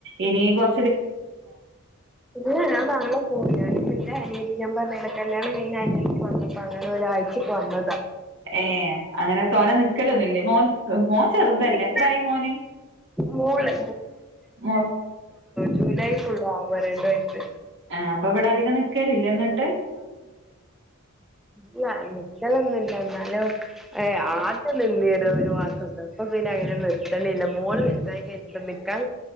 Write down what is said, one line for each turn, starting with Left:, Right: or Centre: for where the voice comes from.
Right: ഇനി കൊർ
Centre: ഇല്ല ഞാൻ നാളെ പോകും ഞാന് പ്പെന്റെ അനിയത്തി ഞാൻ പർഞ്ഞീലെ കല്ല്യാണം കയിഞ്ഞ അനത്തി വന്നപ്പോ അങ്ങന ഒരാഴ്ചക്ക് വന്നതാ
Right: ഏ അങ്ങനെ തോനെ നിക്കലൊന്നുംല്ലേ മോൻ മോ ചെറുതല്ലേ
Centre: ഉം
Right: എത്രായി മോന്
Centre: മോള്
Right: മോ
Centre: ജൂലൈകൊള്ളു ആവാ രണ്ട് വയസ്സ്
Right: ആ അപ്പൊ ഇവടെ അധികം നിക്കലില്ലേന്നിട്ട്
Centre: ഇല്ല നിക്കലൊന്നു <unintelligible> ഏഹ് ആട്ടലില്ല്യേ ഒരു മസൊക്കെ ഇപ്പാ പിന്നെ അയിന് നിക്കാണില്ല മോള് വലുതായി കഴിഞ്ഞിട്ട് മി ക്കാൻ